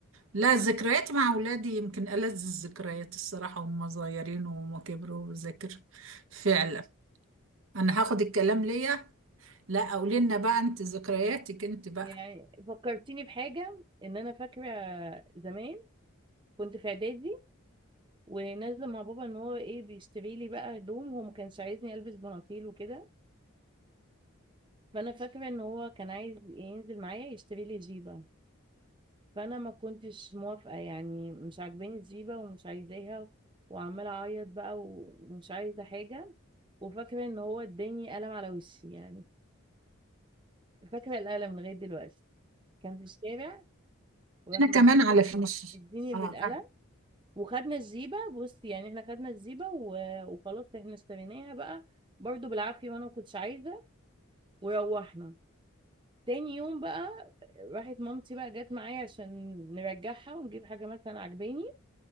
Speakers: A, on the right; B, on the right.
A: لا ذكريات مع اولادي يمكن ألذ الذكريات الصراحه هم صغيرين وهم كبروا بذاكر فعلا انا هاخد الكلام ليا لا قولي لنا بقى انت ذكرياتك انت بقى
B: يعني فكرتيني بحاجة ان انا فاكرة زمان كنت في اعدادي ونازلة مع بابا ان هو ايه بيشتري لي بقى هدوم هو ما كانش عايزني البس بناطيل وكده فانا فاكرة ان هو كان عايز ينزل معايا يشتري لي جيبة فانا ما كنتش موافقة يعني مش عاجباني الجيبة ومش عايزاها وعمالة اعيط بقى ومش عايزة حاجة وفاكرة ان هو اداني قلم على وشي يعني فاكرة القلم لغاية دلوقتي كان في الشارع وراح
A: انا كمان على فكره مش
B: مديني بالقلم
A: اه أنا
B: وخدنا الجيبة بص يعني احنا خدنا الجيبة و- وخلاص احنا اشتريناها بقى برضو بالعافية وانا ما كنتش عايزة وروحنا تاني يوم بقى راحت مامتي بقى جت معايا عشان نرجعها ونجيب حاجة مثلا عجباني